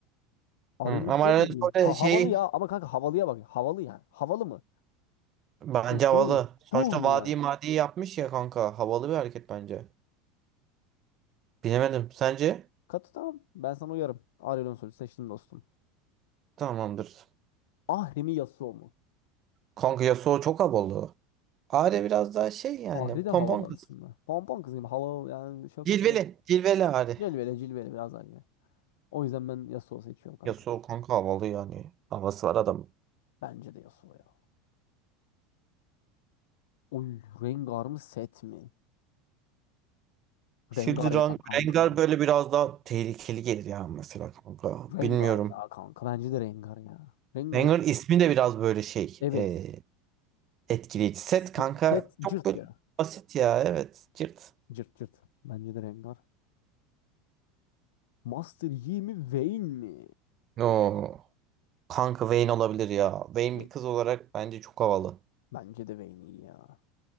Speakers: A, on the left; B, on the right.
A: Aurelion
B: Hı, ama
A: Sol
B: Aydın
A: mu?
B: Sol de
A: Ha,
B: şey
A: havalı ya ama kanka havalıya bak. Havalı yani. Havalı mı?
B: bence
A: Yani şey
B: havalı.
A: mi?
B: Sonuçta
A: Cool mu
B: vadi
A: yani?
B: madi yapmış ya kanka havalı bir hareket bence. Bilemedim sence?
A: Katı tamam. Ben sana uyarım. Aurelion Sol'ü seçtim dostum.
B: Tamamdır.
A: Ahri mi Yasuo mu?
B: Kanka Yasuo çok havalı. Ahri biraz daha şey yani
A: Ahri de
B: pompon
A: havalı
B: kız.
A: aslında. Pompon kız gibi havalı yani çok
B: Cilveli
A: şey.
B: cilveli Ahri.
A: Cilveli cilveli biraz anne. O yüzden ben Yasuo seçiyorum kanka.
B: Yasuo kanka havalı yani. Havası var adam.
A: Bence de Yasuo ya. Oy Rengar mı set mi?
B: Şimdi
A: Rengar
B: Ren-
A: ya kanka.
B: Rengar böyle biraz daha tehlikeli gelir ya mesela kanka.
A: Rengar
B: Bilmiyorum.
A: ya kanka. Bence de Rengar ya. Rengar
B: Rengar ismi de biraz böyle şey
A: evet.
B: e, etkileyici. Set
A: Se-
B: kanka
A: Set
B: çok
A: cırt
B: böyle
A: ya.
B: basit ya evet. Cırt.
A: Cırt cırt. Bence de Rengar. Master Yi mi Vayne mi?
B: Oo. Kanka Vayne olabilir ya. Vayne
A: Ve-
B: bir kız olarak bence çok havalı.
A: Bence de Vayne iyi ya.